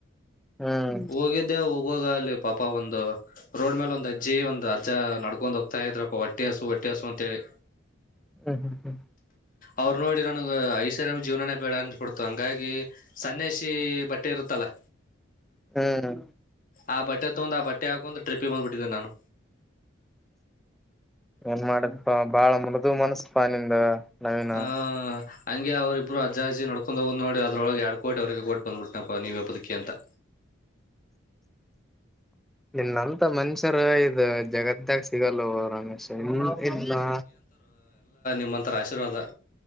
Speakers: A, in the centre; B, on the left.
A: ಹ್ಮ್
B: ಹೋಗಿದ್ದೆಹೊ. ಹೋಗಾ ಅಲ್ಲಿ ಪಾಪಾ ಒಂದ ರೋಡ್ ಮೇಲೆ ಒಂದ ಅಜ್ಜಿ ಒಂದ ಅಜ್ಜಾ ನಡ್ಕೊಂಡ್ ಹೋಗ್ತಾ ಇದ್ರಪ್ಪಾ ಒಟ್ಟಿ ಹಸು ಒಟ್ಟಿ. ಟ್ಟಿ ಹಸು ಅಂತೇಳಿ.
A: ಹ್ಮ್ ಹ್ಮ್ ಹ್ಮ್
B: ಅವ್ರನೋಡಿ ನನಗ ಐಸ್. ಐಷಾರಾಮಿ ಜೀವ್ನಾನೇ ಬೇಡಾ ಅನಿಸ್ಬಿಡ್ತು ಹಂಗಾಗಿ ಸನ್ಯಾಸಿ ಬಟ್ಟೆ ಇರುತ್ತಲ್ಲಾ.
A: ಹ್ಮ್.
B: ಆ ಬಟ್ಟೆ ತೊಂದ್ ಆ ಬಟ್ಟೆ ಹಾಕೊಂಡ್ ಟ್ರಿಪ್ಪಿಗೆ ಬಂದ್ಬಿಟ್ಟಿದ್ದೆ ನಾನು.
A: ಏನ್ ಮಾಡ್ದಪಾ ಬಾಳ ಮೃದು ಮನಸ್ಪಾ ನಿಂದ. ನವೀನ
B: ಅಅ. ಹಂಗೆ ಅವ್ರರಿಬ್ರು ಅಜ್ಜಾಜ್ಜಿ ನಡ್ಕೊಂದೊಗೋದ್ ನೋಡಿ ಅದ್ರೊಳಗ ಯಾಡ್ ಕೋಟಿ ಅವ್ರೀಗೆ ಕೊಟ್ ಬಂದ್ಬಿಟ್ಟನಪಾ ನೀವೆ ಬದುಕಿ ಅಂತಾ.
A: ನಿನ್ನಂತ ಮನಷ್ಯರ್ ಇದ್. ಜಗತ್ಯಾಗ್ ಸಿಗಲ್ಲೊ ರಮೇಶ ಇನ್ ಇಲ್ಲಾ.
B: ನಿಮ್ಮಂತರ್ ಆಶೀರ್ವಾದಾ.